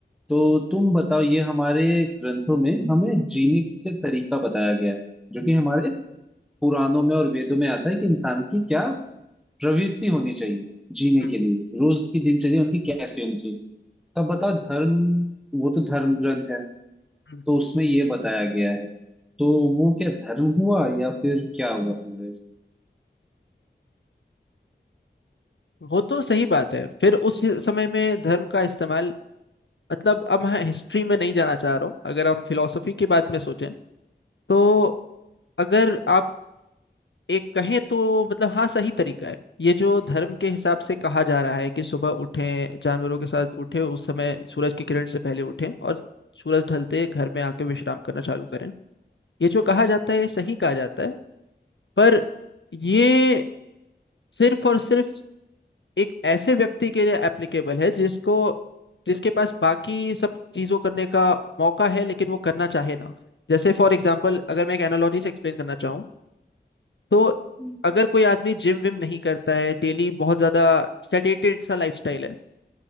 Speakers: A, in the centre; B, on the left.
A: तो तुम बताओ ये हमारे ग्रंथों में हमें जीने का तरीका बताया गया है जो कि हमारे
B: हम्म,
A: पुराणों में और वेदों में आता है कि इंसान की क्या प्रवृत्ति होनी चाहिए जीने
B: हम्म,
A: के लिए रोज की दिनचर्या उनकी कैसी होनी चाहिए तब बताओ धर्म वो तो धर्म ग्रंथ है
B: हम्म।
A: तो उसमें ये बताया गया है तो वो क्या धर्म हुआ या फिर क्या हुआ तुम्हारे
B: वो तो सही बात है फिर उस समय में धर्म का इस्तेमाल मतलब अब मैं हिस्ट्री में नहीं जाना चाह रहा हूँ अगर हम फिलोसफी की बात में सोचें तो अगर आप एक कहें तो मतलब हाँ सही तरीका है ये जो धर्म के हिसाब से कहा जा रहा है कि सुबह उठें जानवरों के साथ उठें उस समय सूरज की किरण से पहले उठें और सूरज ढलते घर में आके विश्राम करना चालू करें ये जो कहा जाता है ये सही कहा जाता है पर ये सिर्फ और सिर्फ एक ऐसे व्यक्ति के लिए एप्लीकेबल है जिसको जिसके पास बाकी सब चीज़ों करने का मौका है लेकिन वो करना चाहे ना जैसे फॉर एग्जाम्पल अगर मैं एक एनालॉजी से एक्सप्लेन करना चाहूँ तो
A: हम्म
B: अगर कोई आदमी जिम विम नहीं करता है डेली बहुत ज्यादा सेटेटेड सा लाइफस्टाइल है